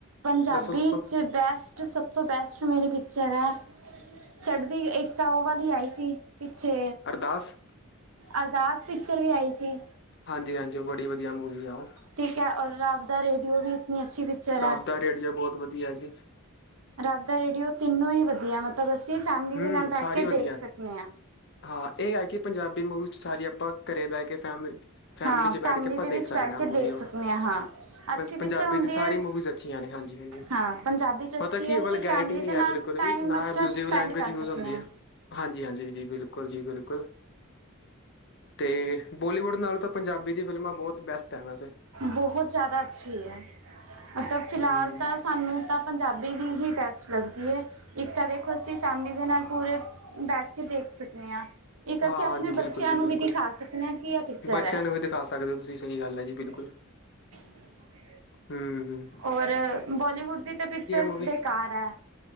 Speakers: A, on the right (about 75°); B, on the left (about 50°).
A: ਪੰਜਾਬੀ
B: ਦੱਸੋ ਦੱਸੋ।
A: 'ਚ ਬੈਸਟ ਸਭ ਤੋਂ ਬੈਸਟ ਮੇਰੀ ਪਿਚਰ ਹੈ। ਚੜ੍ਹਦੀ ਇੱਕ ਤਾਂ ਉਹ ਦੀ ਆਈ ਸੀ। ਪਿੱਛੇ
B: ਅਰਦਾਸ
A: ਅਰਦਾਸ ਪਿਚਰ ਵੀ ਆਈ ਸੀ।
B: ਹਾਂਜੀ ਹਾਂਜੀ ਉਹ ਬੜੀ ਵਧੀਆ ਮੂਵੀ ਆ ਉਹ
A: ਠੀਕ ਹੈ ਓਰ ਰਬ ਦਾ ਰੇਡੀਓ ਵੀ ਇਤਨੀ ਅੱਛੀ ਪਿਕਚਰ
B: ਰੱਬ
A: ਹੈ
B: ਦਾ ਰੇਡੀਓ ਬਹੁਤ ਵਧੀਆ ਜੀ
A: ਰੱਬ ਦਾ ਰੇਡੀਓ ਤਿੰਨੋ ਹੀ ਵਧੀਆ ਮਤਲਬ ਅਸੀਂ ਫੈਮਿਲੀ
B: ਹੂੰ
A: ਦੇ ਨਾਲ ਬੈਠ
B: ਸਾਰੀ
A: ਕੇ
B: ਵਧੀਆ
A: ਦੇਖ ਸਕਦੇ ਹਾਂ
B: ਹਾਂ ਇਹ ਹੈ ਕਿ ਪੰਜਾਬੀ ਮੂਵੀ 'ਚ ਸਾਰੀ ਆਪਾਂ ਘਰੇ ਬਹਿ ਕੇ ਫੈਮ ਫੈਮਿਲੀ
A: ਹਾਂ
B: ਚ ਬੈਠ ਕੇ ਆਪਾਂ
A: ਦੇ
B: ਦੇਖ
A: ਵਿੱਚ
B: ਸਕਦੇ
A: ਬੈਠ
B: ਹਾਂ
A: ਕੇ
B: ਮੂਵੀ
A: ਦੇਖ ਸਕਦੇ
B: ਉਹ
A: ਹਾਂ ਹਾਂ ਅੱਛੀ ਪਿਕਚਰ
B: ਪੰਜਾਬੀ
A: ਹੁੰਦੀ
B: ਦੀ ਸਾਰੀ
A: ਹੈ
B: ਮੂਵੀਜ਼ ਅੱਛੀਆਂ ਨੇ ਹਾਂਜੀ ਹਾਂਜੀ
A: ਹਾਂ ਪੰਜਾਬੀ 'ਚ
B: ਪਤਾ
A: ਅੱਛੀ
B: ਕੀ
A: ਹੈ ਅਸੀਂ
B: ਵੱਲ ਗੈਰਟੀ
A: ਫੈਮਿਲੀ
B: ਨਹੀਂ
A: ਦੇ
B: ਹੈ
A: ਨਾਲ
B: ਬਿਲਕੁਲ
A: ਟਾਈਮ ਅੱਛਾ
B: ਯ
A: ਸਪੈਂਡ
B: ਲੈਂਗੁਏਜ
A: ਕਰ ਸਕਦੇ
B: ਹੁੰਦੀ
A: ਹਾਂ
B: ਆ ਹਾਂਜੀ ਹਾਂਜੀ ਬਿਲਕੁਲ ਜੀ ਬਿਲਕੁਲ ਤੇ ਬੋਲੀਵੁੱਡ ਨਾਲੋਂ ਤਾਂ ਪੰਜਾਬੀ ਦੀ ਫਿਲਮਾਂ ਬਹੁਤ ਬੈਸਟ ਹੈ ਵੈਸੇ
A: ਬਹੁਤ ਜ਼ਿਆਦਾ ਅੱਛੀ ਹੈ ਮਤਲਬ
B: ਹੂੰ।
A: ਫਿਲਹਾਲ ਤਾਂ ਸਾਨੂੰ ਤਾਂ ਪੰਜਾਬੀ ਦੀ ਹੀ ਟੈਸਟ ਲੱਗਦੀ ਹੈ। ਇੱਕ ਤਾਂ ਦੇਖੋ ਅਸੀਂ ਫੈਮਲੀ ਦੇ ਨਾਲ ਪੂਰੇ ਬੈਠ ਕੇ ਦੇਖ ਸਕਦੇ ਹਾਂ। ਇੱਕ
B: ਹਾਂ
A: ਅਸੀਂ ਆਪਣੇ
B: ਜੀ ਬਿਲਕੁਲ
A: ਬੱਚਿਆਂ
B: ਜੀ
A: ਨੂੰ
B: ਬਿਲਕੁਲ
A: ਵੀ ਦਿਖਾ ਸਕਦੇ ਹਾਂ ਕੀ ਇਹ ਪਿਕਚਰ
B: ਬੱਚਿਆਂ
A: ਹੈ।
B: ਨੂੰ ਵੀ ਦਿਖਾ ਸਕਦੇ ਹੋ ਤੁਸੀਂ ਸਹੀ ਗੱਲ ਹੈ ਜੀ ਬਿਲਕੁਲ
A: <inaudible>
B: ਹਮ
A: ਔਰ ਬੋਲੀਵੁਡ ਦੀ ਤਾਂ ਪਿਕਚਰਸ
B: ਮੂਵੀ
A: ਬੇਕਾਰ ਹੈ।